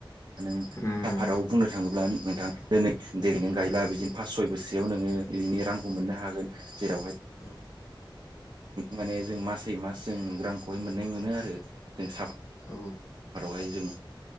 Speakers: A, on the right; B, on the left.
A: नों
B: उम
A: आफादाव बुंनो थांङोब्ला नोंथां दिनै देग्लायों गायला बिदिनो फास सय बोसयाव नोंङो बिदिनो रांखौ मोननो हागोन जेरावहाय
B: औ
A: माने जों मासै मास जों रांखौहाय मोननाय मोनो आरो जों साफा
B: औ
A: बेवहाय जों